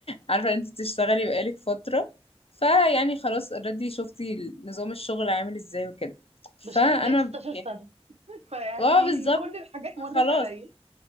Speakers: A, on the left; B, on the right.
A: عارفة ان انتي بتشتغلي بقالك فترة فيعني خلاص اوريدي شفتي نظام الشغل عامل ازاي وكده فانا
B: بشتغل بقالي 16
A: يعني
B: سنة <laughs> فيعني
A: اه بالظبط
B: كل الحاجات
A: فخلاص
B: مرت عليا